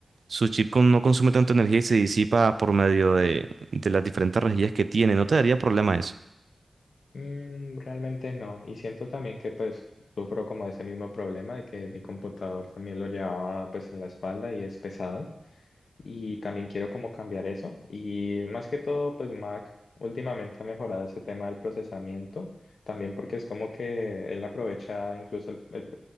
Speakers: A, on the right; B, on the left.
A: su chip con- no consume tanta energía y se disipa por medio de, de las diferentes rejillas que tiene. ¿No te daría problema eso?
B: Mm, realmente no. Y siento también que pues sufro como ese mismo problema de que mi computador también lo llevaba pues en la espalda y es pesado. y también quiero como cambiar eso. Y más que todo, pues Mac últimamente ha mejorado ese tema del procesamiento, también porque es como que él aprovecha incluso el, el,